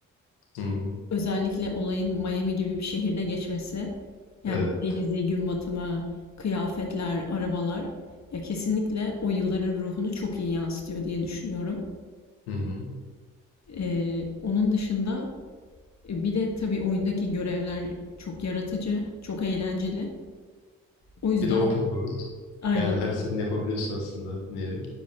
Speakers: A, on the left (about 75°); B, on the left (about 45°).
A: Hı hı.
B: Özellikle olayın Miami gibi bir şehirde geçmesi. Yani
A: Evet.
B: denizi, gün batımı, kıyafetler, arabalar. Ya kesinlikle o yılların ruhunu çok iyi yansıtıyor diye düşünüyorum.
A: Hı hı.
B: Ee, onun dışında e, bir de tabii oyundaki görevler çok yaratıcı, çok eğlenceli. O yüzden
A: Bir de open world.
B: aynen
A: Yani her istediğini yapabiliyorsun aslında bir nevi.